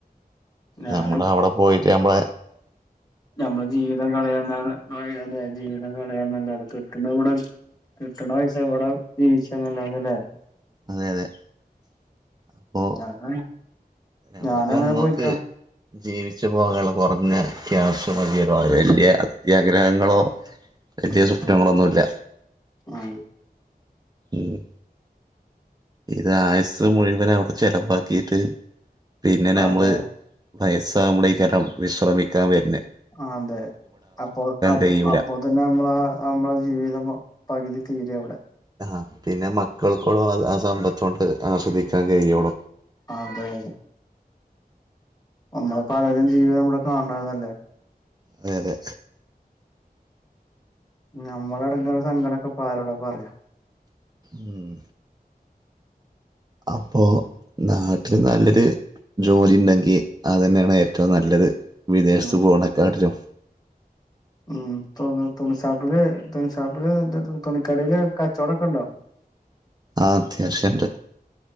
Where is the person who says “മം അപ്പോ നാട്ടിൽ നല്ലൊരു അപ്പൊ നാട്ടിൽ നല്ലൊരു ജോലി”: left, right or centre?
Right